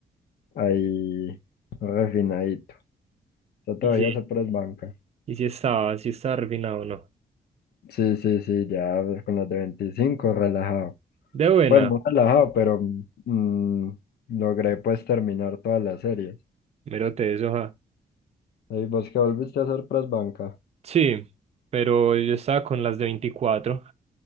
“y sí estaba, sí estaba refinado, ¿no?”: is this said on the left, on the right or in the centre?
Right